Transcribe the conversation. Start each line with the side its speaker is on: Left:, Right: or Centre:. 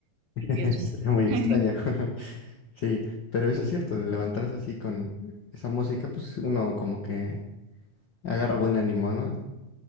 Left: <laughs>
Right: Dios
Left: Sería
Right: mío.
Left: muy
Right: <laughs>
Left: extraño. <laughs> Sí, pero eso es cierto, de levantarse así con esa música, pues uno como que agarra buen ánimo, ¿no?